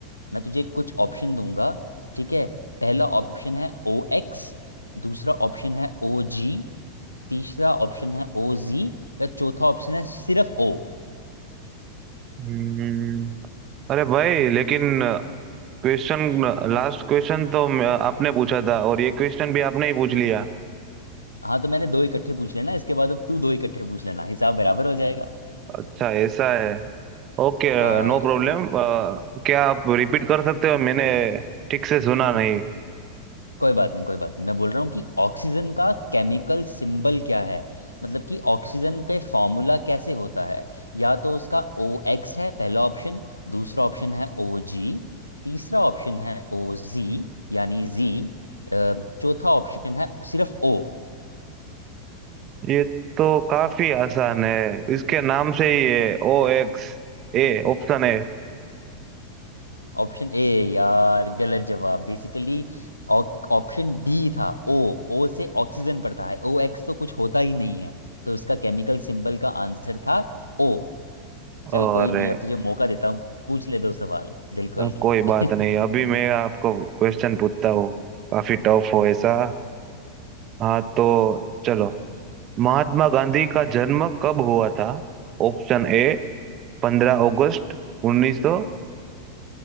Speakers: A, on the left; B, on the right.
A: मैं तुझे कुछ ऑप्शन दूंगा ठीक है पहला ऑप्शन है ओ एक्स दूसरा ऑप्शन है ओ जी तीसरा ऑप्शन है ओ जी या चौथा ऑप्शन है सिर्फ ओ
B: हम्म अरे भाई लेकिन क्वेश्चन लास्ट क्वेश्चन तो मैं- आपने पूछा था और ये क्वेश्चन भी आपने ही पूछ लिया
A: हाँ तो मैंने दो इकट्ठे पूछ लेना इसके बाद अब तू दो इकट्ठे पूछ लेना हिसाब बराबर हो जाएगा
B: अच्छा ऐसा है Okay
A: हाँ
B: no problem क्या आप रिपीट कर सकते हो मैंने ठीक से सुना नहीं
A: कोई बात नहीं कोई बात नहीं मैं बोल रहा हूँ कि ऑक्सीजन का केमिकल सिंबल क्या है मतलब कि ऑक्सीजन के फॉर्मूला कैसे होता है या तो उसका ओ एक्स है पहला ऑप्शन दूसरा ऑप्शन है ओ जी तीसरा ऑप्शन है ओ जी यानी जी चौथा ऑप्शन है सिर्फ ओ
B: ये तो काफी आसान है इसके नाम से ही ये ओ एक्स ए ऑप्शन है
A: Option A यार गलत जवाब बेसिकली ऑप्शन डी था ओ ओ से ऑक्सीजन पड़ता है ओ एक्स तो कुछ होता ही नहीं है तो उसका केमिकल सिंबल का आंसर था ओ चल
B: और
A: कोई नहीं अब तुझे मौका देता हूँ पूछ ले दो सवाल दिल खोल
B: अ, कोई
A: के
B: बात
A: <laughs>
B: नहीं अभी मैं आपको क्वेश्चन पूछता हूँ काफी टफ हो ऐसा हाँ तो चलो महात्मा गांधी
A: हाँ
B: का
A: हाँ
B: जन्म कब हुआ था ऑप्शन ए पंद्रह अगस्त उन्नीस सौ